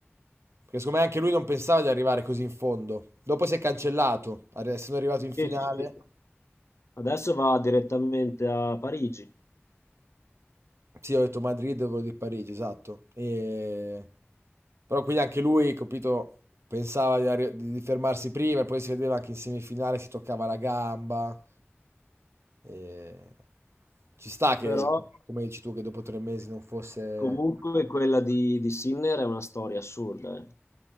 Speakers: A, on the right; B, on the left.
A: perché secondo me anche lui non pensava di arrivare così in fondo. Dopo si è cancellato, arri- essendo arrivato in finale,
B: sì, sì. Adesso va direttamente a Parigi,
A: sì, ho detto Madrid, volevo dire Parigi, esatto. E... Però quindi anche lui, capito, pensava di, arri- di- di fermarsi prima e poi si vedeva anche in semifinale si toccava la gamba. E... Ci sta che,
B: però...
A: come dici tu, che dopo tre mesi non fosse...
B: Comunque quella di, di Sinner è una storia assurda, eh,